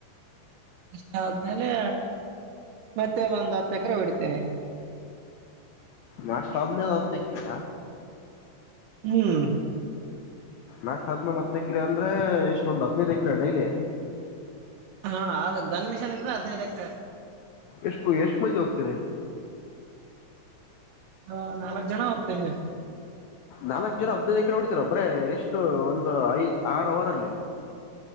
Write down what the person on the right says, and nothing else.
ಇಷ್ಟಾದ್ಮೇಲೆ ಮತ್ತೆ ಒಂದ್ ಹತ್ತು ಎಕರೆ ಹೊಡಿತೇವೆ.
ಹ್ಮ್
ಹಾ ಆಗ್ ಧನ್ ಮಿಷನ್ ಇದ್ರೆ ಹದ್ನೈದ್ ಎಕ್ರೆ.
ಹಾ ನಾಲ್ಕ್ ಜನ ಹೋಗ್ತೀವಿ.